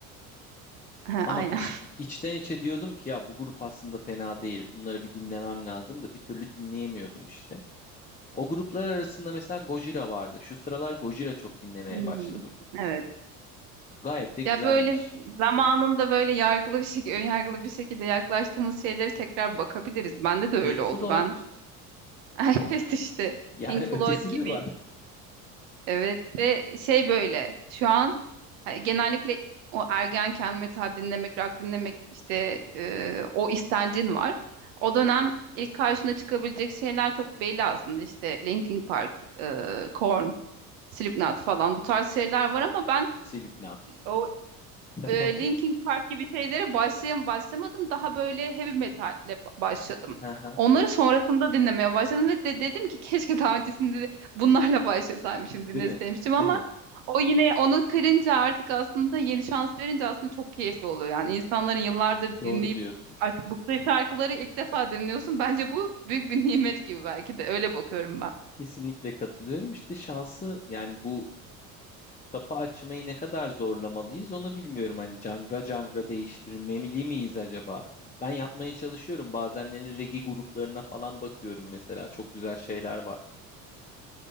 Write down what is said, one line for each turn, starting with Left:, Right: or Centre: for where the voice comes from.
Right: <laughs> Ha,
Left: Ama
Right: Aynen.
Left: iç, içten içe diyordum ki ya bu grup aslında fena değil. Bunları bir dinlemem lazım da bir türlü dinleyemiyordum işte. O gruplar arasında mesela Gojira vardı. Şu sıralar Gojira çok dinlemeye
Right: Hmm,
Left: başladım.
Right: evet.
Left: Gayet de güzelmiş.
Right: Ya böyle zamanında böyle yargılı bir şekilde, önyargılı bir şekilde yaklaştığımız şeylere tekrar bakabiliriz. Bende de öyle
Left: Pink Floyd.
Right: oldu. Ben <laughs> evet işte
Left: Yani
Right: Pink
Left: ötesi
Right: Floyd gibi
Left: mi var?
Right: Evet ve şey böyle şu an hani genellikle o ergenken metal dinlemek, rock dinlemek işte e, o istencin var. O dönem ilk karşına çıkabilecek şeyler çok belli aslında işte Linkin Park, e, Korn, Slipknot falan bu tarz şeyler var ama ben
Left: Slipknot.
Right: o
Left: <laughs>
Right: e, Linkin Park gibi şeylere başlayam başlamadım. Daha böyle heavy metalle ba- başladım.
Left: Aha,
Right: Onları sonrasında dinlemeye başladım ve de dedim ki keşke daha öncesinde de bunlarla başlasaymışım,
Left: Değil
Right: dinleseymişim
Left: mi? Değil
Right: ama
Left: mi?
Right: o yine onu kırınca artık aslında yeni şans verince aslında çok keyifli oluyor. Yani insanların yıllardır
Left: Doğru
Right: dinleyip
Left: diyorsun.
Right: artık bıktığı şarkıları ilk defa dinliyorsun. Bence bu büyük bir nimet gibi belki de öyle bakıyorum ben.
Left: Kesinlikle katılıyorum. İşte şansı yani bu Kapı açmayı ne kadar zorlamalıyız onu bilmiyorum. Hani cangra cangra değiştirmemeli miyiz acaba? Ben yapmaya çalışıyorum. Bazenleri regi gruplarına falan bakıyorum mesela. Çok güzel şeyler var.